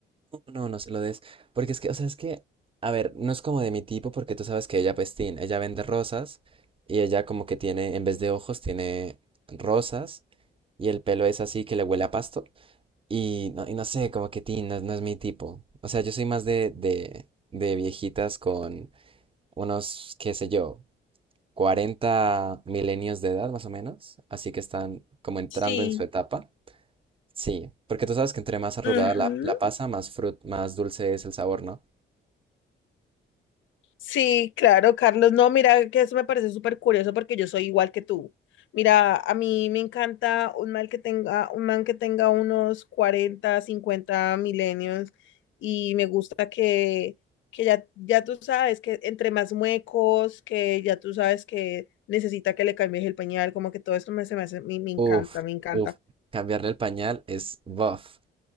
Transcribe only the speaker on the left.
Sí.
Ujú.
Sí, claro, Carlos. No, mira, que eso me parece súper curioso porque yo soy igual que tú. Mira, a mí me encanta un mal que tenga, un man que tenga unos 40 50 milenios y me gusta que, que ya, ya tú sabes que entre más muecos, que ya tú sabes que necesita que le cambies el pañal, como que todo esto me, se me hace, me, me encanta,
me encanta.